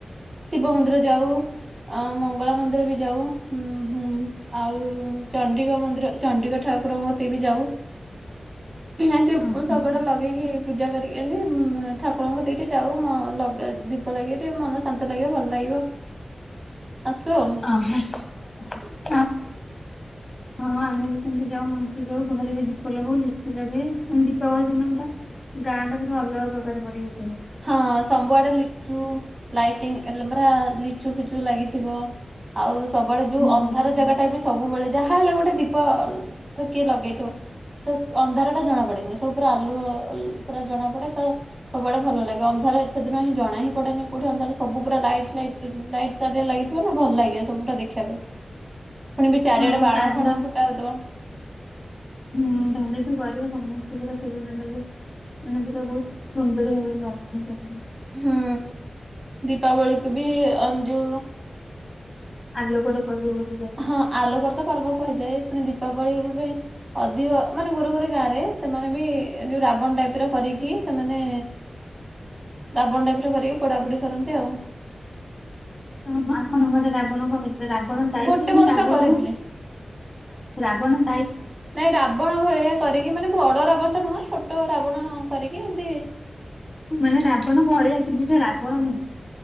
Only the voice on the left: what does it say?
ଓହୋ।
ଅହଃ।
ହଁ ଆମେ ବି ସେମତି ଯାଉ ମନ୍ଦିର ଘରେ ବି ଦୀପ ଲଗଉ ଲିଚୁ ଲଗେଇ ଦୀପାବଳି ଦିନଟା ଗାଁଟା ବୋଧେ ଅଲଗା ପ୍ରକାର ପରିବେ
ହୁଁ
ହଁ
କାନ୍ଦନ
ହୁଁ ଧନୀଠୁ କରିବ ସମସ୍ତଙ୍କର ସେଜନା ଟାକୁ ମାନେ ପୁରା ବହୁତ ସୁନ୍ଦର ଭାବରେ ଗଣନା କରନ୍ତି।
ଆଲୋକରେ ପର୍ବ ବୋଲି କୁହାଯାଏ।
ଓଃ ହୋ ଆପଣ ଘରେ ରାବଣ କରନ୍ତି। ରାବଣ ଟାଇପରେ
ନୁହେଁ
ରାବଣ
କଣ ରାବଣ ଟାଇପ୍
ମାନେ ରାବଣ ଭଳିଆ କିନ୍ତୁ ସେ ରାବଣ ନୁହେଁ।